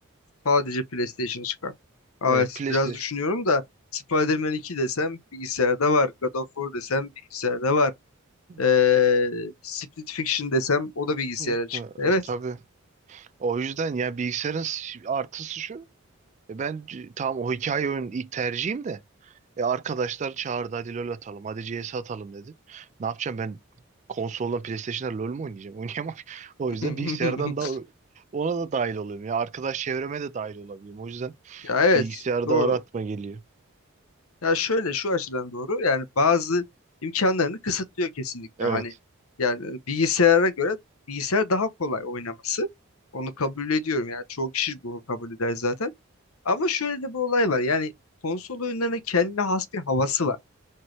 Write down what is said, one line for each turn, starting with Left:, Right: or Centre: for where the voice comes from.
Left: Sadece PlayStation çıkar.
Right: Evet
Left: Evet
Right: PlayStation.
Left: biraz düşünüyorum da Spider-Man 2 desem bilgisayarda var. God of War desem bilgisayarda var.
Right: <laughs>
Left: Ee, Split Fiction desem o da bilgisayara
Right: Hı,
Left: çıktı.
Right: hı,
Left: Evet.
Right: e, Tabii. O yüzden ya bilgisayarın s- artısı şu. E ben c- tamam o hikaye oyunun ilk tercihim de. E arkadaşlar çağırdı hadi LoL atalım. Hadi CS atalım dedi. Ne yapacağım ben konsoldan PlayStation'da LoL mu oynayacağım? <laughs> Oynayamam. O
Left: <laughs>
Right: yüzden bilgisayardan da ona da dahil oluyorum. Ya arkadaş çevreme de dahil olabiliyorum. O yüzden
Left: Ya evet
Right: bilgisayarda
Left: doğru.
Right: aratma geliyor.
Left: Ya şöyle şu açıdan doğru yani bazı imkanlarını kısıtlıyor kesinlikle.
Right: Evet.
Left: Hani yani bilgisayara göre bilgisayar daha kolay oynaması. Onu kabul ediyorum yani çoğu kişi bunu kabul eder zaten. Ama şöyle de bir olay var yani konsol oyunlarının kendine has bir havası var.